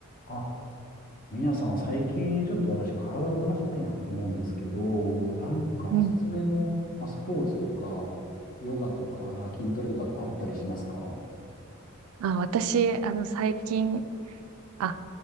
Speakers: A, on the left; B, on the right.
A: あ、皆さん、最近ちょっと私、体を動かしたいなと思うんですけど、なんかおすすめの、
B: うん。
A: まあ、スポーツとか、ヨガとか、なんか筋トレとかってあったりしますか
B: あ、私、あの、最近、あ、